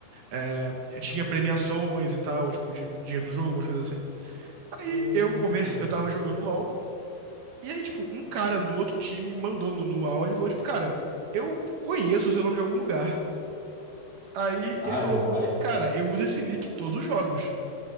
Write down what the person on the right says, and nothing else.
É, eu tinha premiações e tal, tipo, de dinheiro do jogo, umas coisas assim. Aí
eu conversa, eu tava jogando LOL. E aí, tipo, um cara do outro time mandou no Nual, ele falou, tipo, cara, eu conheço o seu nome de algum lugar. Aí
ele falou,
cara, eu uso esse nick em todos os jogos.